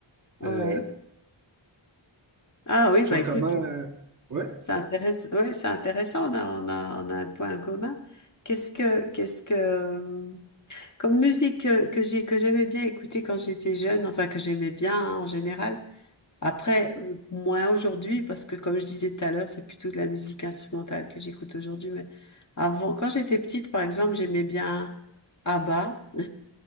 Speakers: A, on the left; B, on the right.
A: ouais.
B: Euh,
A: Ah oui,
B: toi
A: bah écoute.
B: comment? euh, ouais?
A: C'est intéressant, ouais, c'est intéressant, on a, on a, on a un point commun. Qu'est-ce que, qu'est-ce que, euh, comme musique que, que j'ai, que j'aimais bien écouter quand j'étais jeune, enfin que j'aimais bien hein, en général. Après, euh, moins aujourd'hui, parce que comme je disais tout à l'heure, c'est plutôt de la musique instrumentale que j'écoute aujourd'hui. Mais avant, quand j'étais petite, par exemple, j'aimais bien ABBA. <laughs>